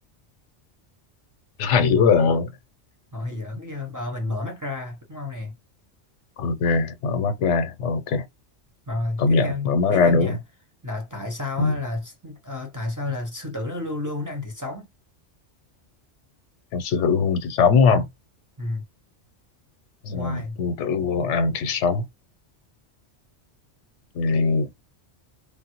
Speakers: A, on the left; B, on the right.
A: Hay quá à.
B: Ngồi giỡn chứ Bà mình mở mắt ra đúng không nè
A: Ok, mở mắt ra. Ok,
B: Rồi
A: công
B: tiếp
A: nhận,
B: theo
A: mở mắt
B: tiếp
A: ra
B: theo
A: đúng.
B: nha Là tại sao
A: Ừ.
B: á, là ờ, Tại sao là sư tử nó luôn luôn nó ăn thịt sống
A: Em sư hữu hôn thì sống không?
B: ừ.
A: Ừ.
B: Why
A: Sư tử vô ăn thì sống. Thì...